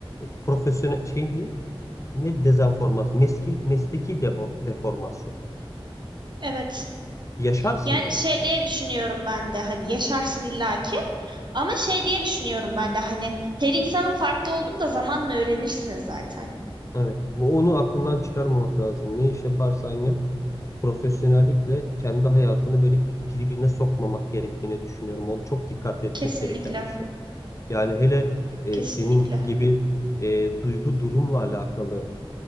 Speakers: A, on the left (about 30°); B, on the right (about 50°).
A: profesyonel şey ne? Ne dezenformasyon? Meski, mesleki devo- deformasyon.
B: Evet.
A: Yaşarsın
B: Yani
A: bence.
B: şey diye düşünüyorum ben de hani yaşarsın illaki ama şey diye düşünüyorum ben de hani her insanın farklı olduğunu da zamanla öğrenirsiniz zaten.
A: Evet. Bu- Onu aklından çıkarmamak lazım. Ne iş yaparsan yap. Profesyonellikle kendi hayatını böyle i- birbirine sokmamak gerektiğini düşünüyorum. O çok dikkat etmek
B: Kesinlikle.
A: gereken bir şey. Yani hele e,
B: Kesinlikle.
A: senin gibi e, duygu durumla alakalı